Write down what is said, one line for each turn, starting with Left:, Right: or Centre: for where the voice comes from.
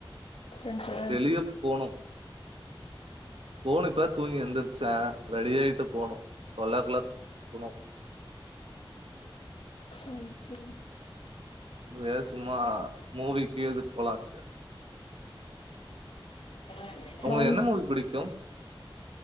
Left: ஃப்ரெண்ட்ஸோட
Right: வெளிய போனு போனு இப்ப தூங்கி எழுந்தருச்சே ரெடியிட்டு போனு டுவலோ கிளாக் போணு
Left: <unintelligible>
Right: வே சும்மா மூவிகி இது போலான்ட்டு
Left: ம்
Right: உங்களுக்கு
Left: மந்
Right: என்ன மூவி புடிக்கு